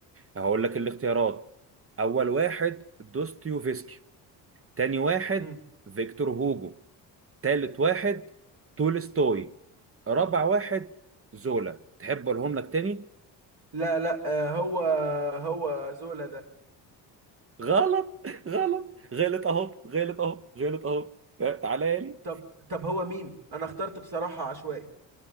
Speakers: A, on the right (about 25°); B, on the right (about 50°).
A: هقول لك الاختيارات اول واحد دوستويفسكي تاني واحد
B: مم.
A: فيكتور هوجو تالت واحد تولستوي رابع واحد زولا تحب اقولهم لك تاني
B: لا لا آه هو هو زولا ده
A: غلط <laughs> غلط غلط اهو غلط اهو غلط اهو لا، تعالى لي
B: طب طب هو مين انا اخترت بصراحة عشوائي